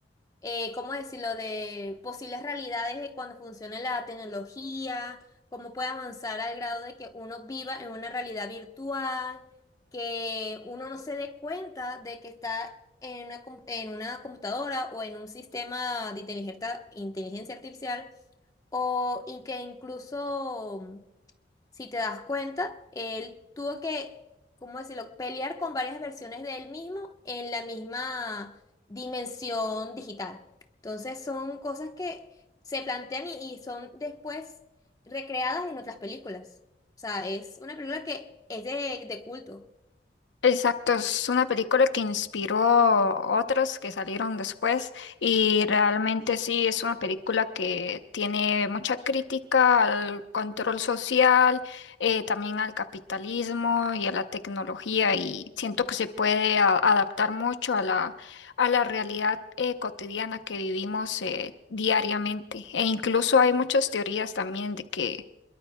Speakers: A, on the left (about 20°); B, on the left (about 85°).
A: eh, ¿cómo decirlo?, de posibles realidades de cuando funcione la tecnología, cómo puede avanzar al grado de que uno viva en una realidad virtual, que uno no se dé cuenta de que está en una, com- en una computadora o en un sistema de inteligencia, inteligencia artificial, o y que incluso si te das cuenta, él tuvo que, ¿cómo decirlo?, pelear con varias versiones de él mismo en la misma dimensión digital. Entonces son cosas que se plantean y, y son después recreadas en otras películas. O sea, es una película que es de, de culto.
B: Exacto, es una película que inspiró otras que salieron después y realmente sí es una película que tiene mucha crítica al control social, eh, también al capitalismo y a la tecnología y siento que se puede a- adaptar mucho a la, a la realidad eh, cotidiana que vivimos eh, diariamente e incluso hay muchas teorías también de que